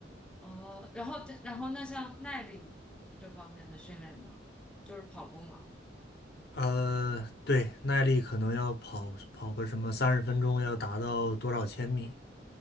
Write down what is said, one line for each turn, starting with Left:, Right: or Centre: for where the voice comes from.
Centre: 哦，然后然后那像耐力这方面的训练呢，就是跑步嘛。
Left: 呃，对，耐力可能要跑跑个什么三十分钟，要达到多少千米？